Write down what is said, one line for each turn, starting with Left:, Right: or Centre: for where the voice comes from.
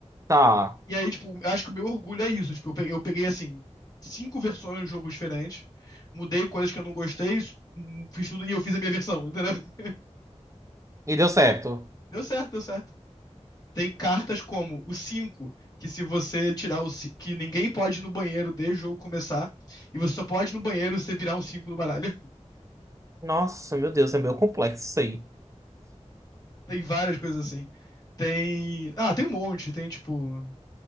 Right: tá.
Left: E aí, tipo, eu acho que o meu orgulho é isso. Tipo, eu peguei, eu peguei, assim, cinco versões de jogos diferentes, mudei coisas que eu não gostei, s- hum, fiz tudo e eu fiz a minha versão, entendeu? <laughs>
Right: E deu certo.
Left: Deu certo, deu certo. Tem cartas como o 5 que se você tirar o. ci- que ninguém pode ir no banheiro desde o jogo começar, e você só pode ir no banheiro se você virar um cinco no baralho. <laughs>
Right: Nossa, meu Deus, é meio complexo isso aí.
Left: Tem várias coisas assim. Tem. Ah, tem um monte. Tem, tipo.